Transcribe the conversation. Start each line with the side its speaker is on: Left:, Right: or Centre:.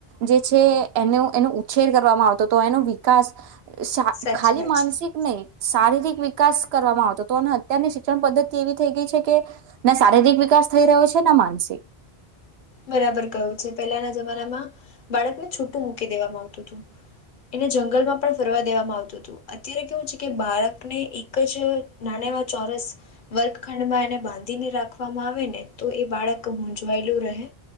Right: જે છે એનો એનો ઉછેર કરવામાં આવતો હતો એનો વિકાસ શા
Left: સાચી
Right: ખાલી
Left: વાત
Right: માનસિક
Left: છે
Right: નહી. શારીરિક વિકાસ કરવામાં આવતો તો અને અત્યારની શિક્ષણ પદ્ધતિ એવી થઈ ગઈ છે કે, ના શારીરિક વિકાસ થઈ રહ્યો છે ના માનસિક.
Left: બરાબર કયું છે પહેલાના જમાનામાં, બાળકને છૂટું મૂકી દેવામાં આવતું હતું, એને જંગલમાં પણ ફરવા દેવામાં આવતું હતું, અત્યારે કેવું છે કે બાળકને એક જ નાના એવા ચોરસ, વર્ગખંડમાં એને બાંધીને રાખવામાં આવે ને તો એ બાળક મૂઝવાયેલું રહે.